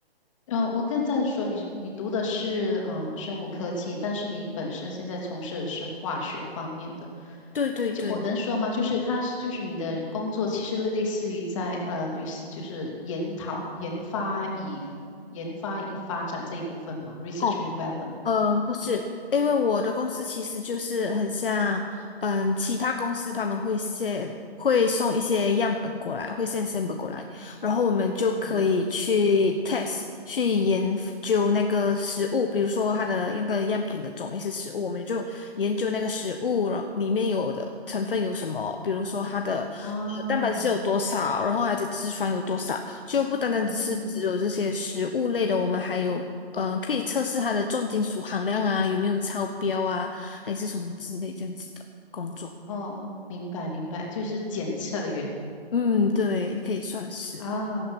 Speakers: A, on the left; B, on the left.
A: 嗯，我刚在说你是你读的是嗯、呃生物科技，但是你本身现在从事的是化学方面的，
B: 对对对。
A: 就我能说吗？就是它是就是你的工作其实类似于在呃 res 就是研讨研发以研发以发展这一部分嘛，research
B: 哦。
A: and development。
B: 嗯，不是，因为我的公司其实就是很像，嗯，其他公司他们会先会送一些样本过来，会先 s a m 过来，然后我们就可以去
A: 嗯，
B: test 去研究那个食物，比如说它的那个样品的种类是食物，我们就研究那个食物了里面有的成分有什么，比如说它的呃蛋白质有多少，
A: 啊，
B: 然后它的脂肪有多少，就不单单只是只有这些食物类的，
A: 嗯，
B: 我们还有嗯，可以测试它的重金属含量啊，有没有超标啊，还是什么之类这样子的工作。
A: 哦，明白明白，就是检测员。
B: 嗯，对，可以算是。
A: 啊，